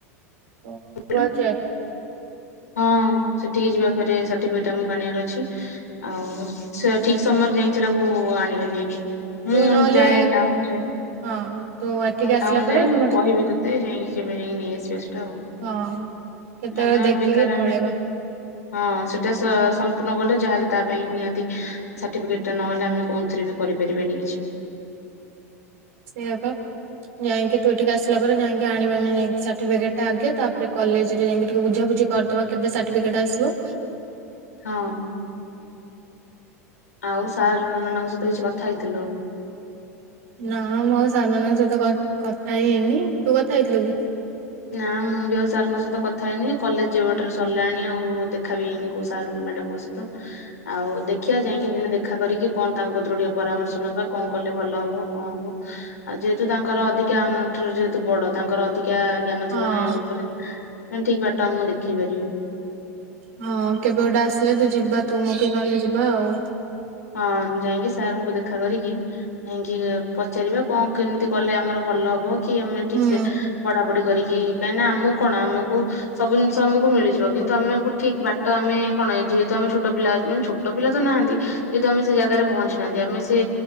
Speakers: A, on the right; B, on the left.
A: ଓ କୁଆ
B: କହିଲୁ
A: ଚାର।
B: ହଁ, ସେଠିକି ଯିବା ପରେ ସାର୍ଟିଫିକେଟ୍ ଆମକୁ ଆଣିବାର ଅଛି। ଆଉ ସେ ଠିକ୍ ସମୟରେ ଯାଇକି ସେଟାକୁ ଆଣିବା ଯାଇକି। ମୁଁ
A: ତୁ ନହେଲେ
B: ଯାଏ ଟାଉନ ଯାଏ।
A: <inaudible>
B: ମୁଁ ଟାଉନ
A: ପରେ
B: ଯାଏ ମୁଁ
A: ତୁ ମତେ
B: କହିବି ତୋତେ ଯାଇକି କେବେ ଯାଇକି ନେଇଆସିବା ସେଇଟା ଆଉ।
A: ହଁ କେତେବେଳେ
B: କାହିଁକିନା
A: ଦେଖିକି
B: ବେକାର ଆମେ
A: ପଳେଇବା।
B: ହଁ ସେଟା ସମ୍ପୂର୍ଣ୍ଣ କଲେ ଯାହାହେଲେ ତା ପାଇଁ ନିହାତି ସାର୍ଟିଫିକେଟ ଟା ନହେଲେ ଆମେ କଉଥିରେ ବି କରିପାରିବନି କିଛି।
A: ସେଇଆ ପା ଯାଇକି ତୁ ଟିକେ ଆସିଲା ପରେ। ପରେ ଯାଇକି ଆଣିବା ଯାଇିକିସାର୍ଟିଫିକଟା ଆଗେ, ତାପରେ କଲେଜରେ ଯାଇକିି ଟିକେ ବୁଝାବୁଝି କରିଦବା। ତମ କେବେ ସାର୍ଟିଫିକେଟ ଆସିବ?
B: ହଁ। ଆଉ ସାରମାନଙ୍କ ସହିତ କିଛି କଥା ହେଇଥିଲୁ।
A: ନାଁ, ମୁଁ ଆଉ ସାର ମାନଙ୍କସହିତ କଥା ହେଇ ହେଇନି ତୁ କଥା ହେଇଥିଲୁ କି?
B: ନା ମୁଁ ବି ଆଉ ସାରଙ୍କ ସହିତ କଥା ହେଇନି କଲେଜ ଯେବେଠରୁ ସରିଲାଣି ଆଉ ଦେଖା ବିି ହେଇନି କୋଉ ସାର୍ ମ୍ୟାଡ଼ାମଙ୍କ ସହିତ। ଆଉ ଦେଖିଆ ଯାଇକି ଦିନେ ଦେଖା କରିକି- କଣ ତାଙ୍କ କତୁରୁ ଟିକେ ପରାମର୍ଶ ନବା କଣ କଲେ ଭଲ ହବ କଣ ହବ? ଆଉ ଯେହେତୁ ତାଙ୍କର ଅଧିକା ଆମଠୁ ଯେହେତୁ ବଡ ତାଙ୍କର ଅଧିକା ଜ୍ଞାନ
A: ହଁ
B: ଥିବ ନା ଉପରେ ତାନେ ଠିକ୍ ବାଟ ଆମକୁ ଦେଖେଇ ପାରିବେ।
A: ହଁ କେବେ ଗୋଟେ ଆସିଲେ ତୁ ଯିବା ତୁ ମୁଁ କି ନ ହେଲେ ଯିବା ଆଉ।
B: ହଁ, ଯାଇକି ସାରଙ୍କୁ ଦେଖା କରିକି ଯାଇଁକି ପଚାରିବା କଣ କେମିତି କଲେ ଆମର ଭଲ ହବ? କି ଆମେ ଠିକ୍
A: ହୁଁ।
B: ସେ ପଢାପଢି କରିକି କାହିଁକିନା ଆମକୁ କଣ ଆମକୁ? ସବୁ ଜିନିଷ ଆମକୁ ମିଳିଯିବ କିନ୍ତୁ ଆମକୁ ଠିକ୍ ବାଟ ଆମେ କଣ ଯେହେତୁ ଆମେ ଛୋଟ ପିଲା ଅଛୁ। ଛୋଟ ପିଲା ତ ନାହାନ୍ତି ଯେହେତୁ ଆମେ ସେ ଜାଗାରେ ପହଞ୍ଚି ନାହାନ୍ତି ଆମେ ସେ